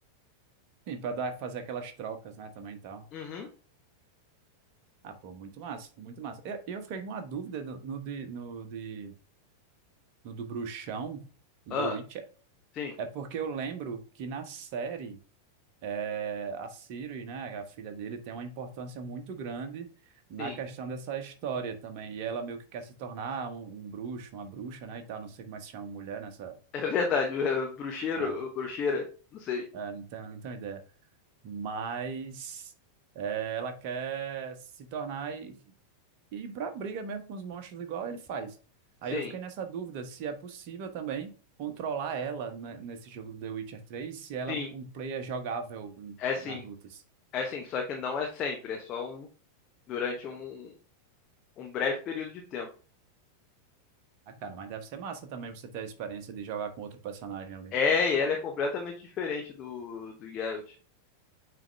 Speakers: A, on the right; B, on the left.
A: Sim, para dar, fazer aquelas trocas, né, também, então.
B: Uhum.
A: Ah, pô, muito massa, muito massa. Eu, eu fiquei com uma dúvida no, no, de, no, de, no do bruxão, do
B: Ah,
A: The Witcher.
B: sim,
A: É porque eu lembro que na série, é, a Ciri, né, a filha dele, tem uma importância muito grande na
B: sim.
A: questão
B: <laughs>
A: dessa história também. E ela meio que quer se tornar um, um bruxo, uma bruxa, né, e tal. Não sei como é que se chama mulher nessa...
B: É verdade. O é, bruxeiro,
A: É,
B: o bruxeira, não sei.
A: é, não tenho, não tenho ideia. Mas... é, ela quer se tornar e ir pra briga mesmo com os monstros igual ele faz. Aí
B: Sim,
A: eu fiquei nessa dúvida se é possível também controlar ela ne- nesse jogo do The Witcher três se ela
B: sim.
A: é um um player jogável
B: É sim.
A: nas lutas.
B: É sim, só que não é sempre, é só um durante um, um breve período de tempo.
A: Ah, cara, mas deve ser massa também você ter a experiência de jogar com outro personagem ali.
B: É, e ela é completamente diferente do, do Geralt.